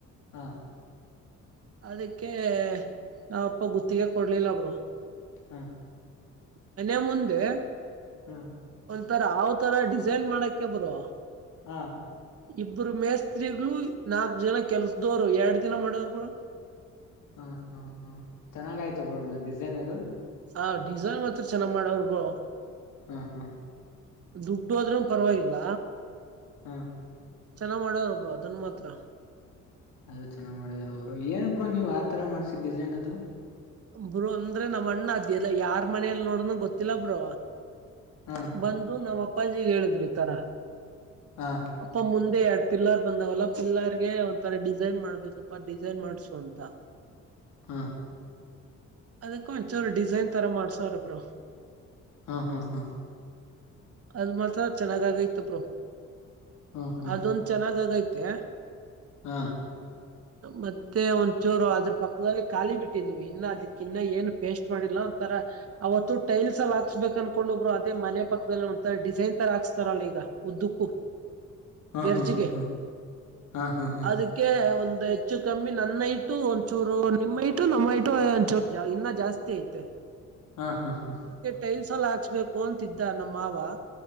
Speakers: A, on the left; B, on the right.
A: ಹಾ
B: ಅದಕ್ಕೆ ನಮ್ಮಪ್ಪ ಗುತ್ತಿಗೆ ಕೊಡ್ಲಿಲ್ಲ ಬ್ರೊ
A: ಹಾ
B: ಮನೆ ಮುಂದೆ
A: ಹ್ಮ
B: ತರ ಹಾವು ತರ ಡಿಸೈನ್ ಮಾಡಕ್ಕೆ ಬ್ರೊ
A: ಹಾ
B: ಇಬ್ಬರು ಮೇಸ್ತ್ರಿಗಳು ನಾಕ್ ಜನ ಕೆಲ್ಸದವರು ಎರಡ್ ದಿನ ಮಾಡೋರ ಬಡ
A: ಹ ಹಾ ಹಾ ಚೆನ್ನಾಗ ಆಯ್ತ ಬ್ರ ಮ ಡಿಸೈನ್ ಅದು
B: ಹ ಡಿಸೈನ್ ಹತ್ರ ಚೆನ್ನಾಗ್ ಮಾಡವ್ರ ಬ
A: ಹಾ ಹ್ಮ
B: ದುಡ್ಡು ಆದ್ರೂ ಪರವಾಗಿಲ್ಲ
A: ಹಾ
B: ಚೆನ್ನಾಗ ಮಾಡೋರೊಬ್ರು ಅದನ್ ಮಾತ್ರ
A: ಅದ ಚೆನ್ನಾಗ್ ಮಾಡಿದಾರಬರು ಎನಕ್ಬ್ರೋ ನೀವ್ ಆತರ ಮಾಡ್ಸಿದ ಡಿಸೈನ್ ಅದು
B: ಬ್ರೋ ಅಂದ್ರೆ ನಮ್ಮ ಅಣ್ಣ ಅದಲ್ಲ ಯಾರ್ ಮನಲ್ ನೋಡಣಂಗ ಗೊತ್ತಿಲ್ಲ ಬ್ರೋ
A: ಹಾ
B: ಬಂದು ನಮ್ಮಪ್ಪಜಿಗೆ ಹೇಳಿದ್ರಿ ತರ
A: ಹಾ
B: ಅಪ್ಪ ಮುಂದೆ ಅಡ್ತಿಲ್ಲ ಬಂದವಲ್ಲ ಪಿಲ್ಲರ್ಗೆ ಒಂಥರ ಡಿಸೈನ್ ಮಾಡ್ಬೇಕಪ್ಪ ಡಿಸೈನ್ ಮಾಡ್ಸು ಅಂತ
A: ಹಾ
B: ಅದಕ್ಕ ಒಂಚರು ಡಿಸೈನ್ ತರ ಮಾಡ್ಸೋರ ಬ್ರೋ
A: ಹಾ ಹಾ ಹಾ
B: ಅದ ಮಾತ್ರ ಚೆನ್ನಾಗ ಆಗೈತ ಬೋ
A: ಹಾ ಹಾ
B: ಅದೊಂದ ಚೆನ್ನಾಗ್ ಆಗೈತ್ ತ್ಯ
A: ಹಾ
B: ಮತ್ತೆ ಒಂದ್ಚೂರು ಅದ್ರ ಪಕ್ಕದಲ್ಲಿ ಖಾಲಿ ಬಿಟ್ಟ ದೀವಿ ಇನ್ನು ಅದಕ್ಕ ಇನ್ನ ಏನ್ ಪೇಸ್ಟ್ ಮಾಡಿಲ್ಲ ಒಂತರ ಅವತ್ತು ಟೈಲ್ಸ್ ಅಲ್ಲಿ ಹಾಕ್ಸ್ಬೇಕು ಅನ್ಕೊಂಡ್ ಒಬ್ಬರು ಅದೇ ಮನೆ ಪಕ್ಕದಲ್ಲಿ ಉಂರೆ ಡಿಸೈನ್ ತರ ಹಾಕ್ಸ್ತಾರಲ್ಲ ಈಗ ಉದ್ದು
A: ಹಾ
B: ಎರ್ಜಿಗೆ
A: ಹಾ ಹಾ ಹಾ ಹಾ ಹಾ
B: ಅದಕ್ಕೆ ಒಂದು ಹೆಚ್ಚು ಕಮ್ಮಿ ನನ್ನ ಇಟ್ಟು ಒಂದಚೂರು ನಿಮ್ಮ ಇಟ್ಟು ಇ ನಮ್ಮ ಇಟು ಒಚೋರು ಇನ್ನ ಜಾಸ್ತಿ ಐತೆ
A: ಹಾ ಹಾ ಹಾ ಹಾ ಹಾ
B: ಅದಕ್ಕೆ ಟೈಲ್ಸ್ ಎಲ್ಲ ಹಚ್ಬೇಕು ಅಂತಿದ್ದ ನಮ್ಮ ಮಾವ